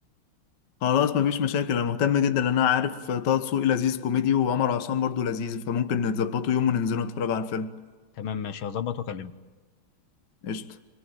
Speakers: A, on the left; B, on the left.
A: خلاص مفيش مشاكل انا مهتم جدا لان انا عارف طه دسوقي لذيذ كوميدي وعمر عصام برضو لذيذ فممكن نتظبطوا يوم وننزلوا نتفرج على الفيلم
B: تمام ماشي هظبط واكلمك
A: قشطة